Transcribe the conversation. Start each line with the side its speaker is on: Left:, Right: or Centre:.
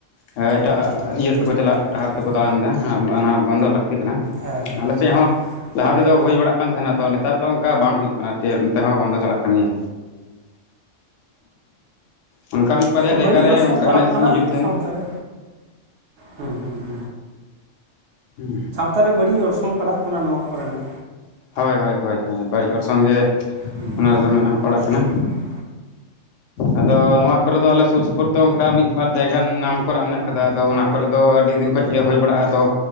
Left: ᱦᱮ ᱮᱴᱟᱜ
Right: ᱦᱩᱸ ᱦᱩᱸ
Left: ᱟᱜ ᱤᱭᱟᱹ ᱛᱮᱠᱚ
Right: ᱴᱷᱤᱠ
Left: ᱪᱟᱞᱟᱜ
Right: ᱴᱷᱤᱠ
Left: ᱰᱟᱦᱟᱨ
Right: ᱴᱷᱤᱠ
Left: ᱛᱮᱠᱚ
Right: ᱴᱷᱤᱠ
Left: ᱛᱟᱲᱟᱢ ᱫᱟ ᱚᱱᱟ ᱵᱚᱱᱫᱚ ᱞᱟᱹᱠᱛᱤ ᱠᱟᱱᱟ᱾
Right: ᱦᱮᱸ
Left: ᱟᱞᱮ ᱥᱮᱜ ᱦᱚᱸ ᱞᱟᱦᱟ
Right: ᱢᱟᱱᱮ
Left: ᱛᱮᱫᱚ ᱦᱩᱭ ᱵᱟᱲᱟᱜ ᱠᱟᱱ ᱛᱟᱦᱮᱱᱟ, ᱛᱚ ᱱᱮᱛᱟᱨ ᱫᱚ ᱚᱝᱠᱟ ᱵᱟᱝ ᱦᱩᱭᱩᱜ ᱠᱟᱱᱟ᱾ ᱠᱮ ᱱᱚᱛᱮ ᱦᱚᱸ ᱵᱚᱱᱫᱚ ᱪᱟᱞᱟᱜ ᱠᱟᱱ ᱜᱮᱭᱟ᱾ ᱚᱱᱠᱟ ᱢᱤᱫ ᱵᱟᱨᱭᱟ
Right: ᱮᱻ
Left: ᱡᱟᱭᱜᱟ
Right: ᱵᱟᱹᱲᱤᱡ
Left: ᱨᱮ
Right: ᱚᱨᱥᱚᱝ
Left: ᱚᱱᱠᱟ
Right: ᱯᱟᱲᱟᱜ
Left: ᱮᱱᱮᱡ
Right: ᱠᱟᱱᱟ
Left: ᱥᱮᱨᱮᱧ ᱦᱩᱭᱩᱜ ᱛᱟᱦᱮᱱᱟ
Right: ᱥᱟᱶᱛᱟ ᱨᱮ᱾ ᱦᱩᱸ ᱦᱩᱸ
Left: ᱦᱩᱸ
Right: ᱛᱟᱨᱮ ᱵᱟᱹᱲᱤᱜ ᱚᱨᱥᱚᱝ ᱯᱟᱲᱟᱜ ᱠᱟᱱᱟ ᱱᱚᱣᱟ ᱠᱚ ᱨᱮᱱᱟᱜ᱾
Left: ᱦᱳᱭ ᱦᱳᱭ ᱦᱳᱭ ᱦᱳᱭ ᱵᱟᱹᱲᱤᱡ ᱚᱨᱥᱚᱝ ᱜᱮ
Right: ᱦᱩᱸ
Left: ᱚᱱᱟ ᱨᱮᱫᱚ ᱢᱮᱱᱟᱜᱼᱟ ᱯᱟᱲᱟᱜ
Right: ᱦᱩᱸ
Left: ᱠᱟᱱᱟ᱾ ᱟᱫᱚ ᱱᱚᱣᱟ ᱠᱚᱨᱮ ᱫᱚ ᱟᱞᱮ ᱥᱩᱨ ᱥᱩᱯᱩᱨ ᱫᱚ ᱚᱝᱠᱟ ᱢᱤᱜ ᱵᱟᱨ ᱡᱟᱭᱜᱟ ᱱᱟᱢ ᱠᱚᱨᱟ ᱱᱟᱢ ᱠᱚᱨᱟ ᱢᱮᱱᱟᱜ ᱠᱟᱫᱟ ᱟᱫᱚ ᱚᱱᱟ ᱠᱚᱨᱮᱫ ᱫᱚ ᱟᱹᱰᱤ ᱫᱤᱱ ᱠᱷᱚᱡ ᱜᱮ ᱦᱳᱭ ᱵᱟᱲᱟᱜᱼᱟ᱾ ᱟᱫᱚ